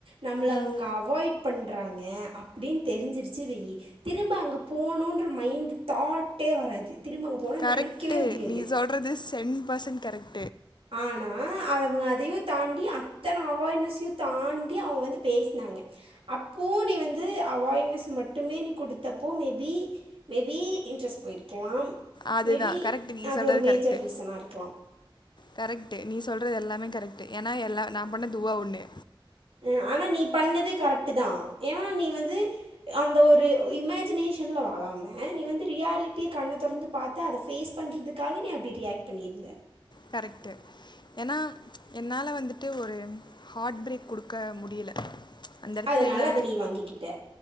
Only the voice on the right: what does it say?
நம்ள
அவங்க அவாய்ட் பண்றாங்க அப் ப்புடின் தெரிஞ்சிருச்சு வெய்யி திரும்ப அங்க போணோன்ற மைண்ட்டு தாட்டே வராது திரும்ப அங்கே போகணும்னு
நினைக்கவே முடியாது
ஆனா அத அவங்க அதையு தாண்டி அத் த்தன அவாய்ட்னஸ்ஸையு தாண்டி அவங்க வந்து பேஸ்னாங்க அப்பூ நீ வந்து அவாய்ட்னஸ் மட்டுமே நீ குடுத்தப்போ மேபி மேபி இன்ட்ரெஸ்ட் போயிருக்குலாம்
மேபி
அது
ஒரு மேஜர்
ரீசனா இருக்கலாம்
அ ஆனா நீ பண்ணது கரெக்ட்டு தா ஏ னா நீ வந்து அந்த ஒரு இமேஜினேஷன்ல வழாம நீ வந்து ரியாலிட்டிய கண்ண தொறந்து பாத்தா அத ஃபேஸ் பண்றதுக்காக நீ அப்டி ரியாக்ட் பண்ணிருந்த
அதனால்
அதை நீ வாங்கிக்கிட்ட